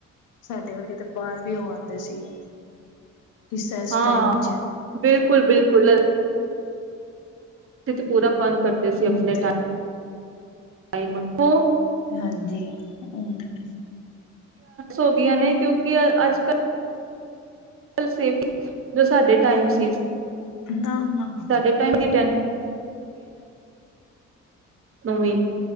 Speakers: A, on the left (about 90°); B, on the right (about 45°).
A: ਸਾਡੇ ਵਰਗੇ ਤਾਂ ਬਾਹਰ ਵੀ ਉਹ ਆਉਂਦੇ ਸੀਗੇ ਰਿਸੈਸ
B: ਹਾਂ
A: ਟਾਈਮ ਵਿਚ
B: ਬਿਲਕੁਲ -ਬਿਲਕੁਲ ਤਿਥ ਪੂਰਾ- ਫਨ ਕਰਦੇ ਸੀ
A: ਹੁਣ
B: ਆਪਣੇ
A: ਤੇ
B: ਟਾਇ। ਟਮ <inaudible>
A: ਹਾਂਜੀ ਉਹ ਤੇ
B: ਹੋ ਗਈਆਂ ਨੇ ਕਿਉਂਕਿ ਅੱਜ ਕੱਲ੍ਹ ਸੇਫ ਜੋ ਸਾਡੇ ਟਾਈਮ ਸੀ।
A: ਨਾ ਨਾ
B: ਸਾਡੇ
A: ਜੀ।
B: ਟਾਈਮ ਦੀ ਨਵੀ।